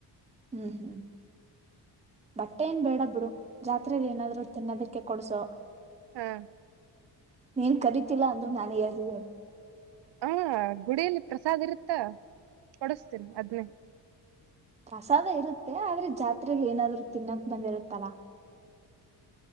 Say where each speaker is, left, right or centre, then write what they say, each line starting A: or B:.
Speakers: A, on the right; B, on the right.
A: ಹ್ಮ್ ಹ್ಮ್ ಬಟ್ಟೆ ಏನ್ ಬೇಡ ಬಿಡು ಜಾತ್ರೆೆಯಲ್ಲಿ ಏನಾದ್ರು ತಿನ್ನೋದಕ್ಕೆ ಕೊಡ್ಸೋ
B: ಹ್ಮ
A: ನೀನ್ ಕರಿತಿಲ್ಲಾ ಅಂದ್ರರು ನಾನನ್ ಹೇಳ್ತೀ
B: ಹ ಗುಡಿಯಲ್ಲಿ ಪ್ರಸಾದ್ ಇರುತ್ತ ಕೊಡಸ್ತೀನಿ ಅದ್ನ್ನೇ
A: ಪ್ರಸಾದ ಇರುತ್ತೆ ಆದ್ರೆ ಜಾತ್ರಲಿ ಏನಾದ್ರು ತಿನ್ನಕ್ ಬಂದಿರುತ್ತಲ್ಲ <unintelligible>